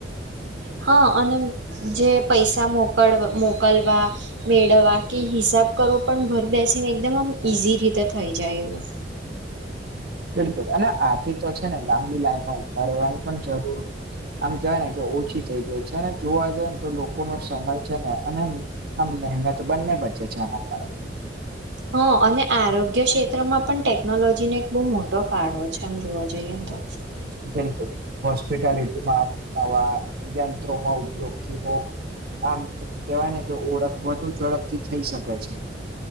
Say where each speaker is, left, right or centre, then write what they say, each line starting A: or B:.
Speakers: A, on the right; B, on the right.
A: હા, અને જે પૈસા મોકલ મોકલવા મેળવા કે હિસાબ કરો પણ ઘર બેસીને એકદમ આમ ઈઝી રીતે થઈ જાય એવું.
B: બિલકુલ અને આથી તો છે ને લાંબી લાઈનમાં ઉભા રહેવાની પણ જરૂર આમ કેવાયને કે ઓછી થઈ ગઈ છે અને જોવા જઈને તો લોકોનો સમય છે ને અને આમ મહેનત બંન્ને બચે છે આના કારણે.
A: હા, અને આરોગ્ય ક્ષેત્રમાં પણ ટેકનોલોજીને એક બહુ મોટો ફાળો છે, આમ જોવા જઈએન તો.
B: બિલકુલ, હોસ્પિટાલિટીમાં નવા યંત્રોમાં ઉપયોગથી બોવ આમ કેવાયને કે ઓળખ વધુ ઝડપથી થઈ શકે છે.